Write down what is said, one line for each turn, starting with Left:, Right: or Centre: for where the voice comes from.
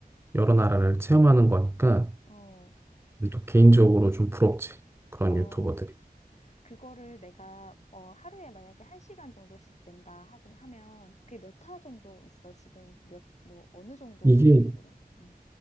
Right: 여러 나라를 체험하는 거니까
Left: 어,
Right: 또 개인적으로 좀 부럽지. 그런
Left: 어,
Right: 유튜버들이.
Left: 그거를 내가 어, 하루에 만약에 한 시간 정도씩 낸다 하고 하면 그게 몇 화 정도 있어? 지금 몇, 뭐, 어느 정도
Right: 이게
Left: 그 프로그램? 음.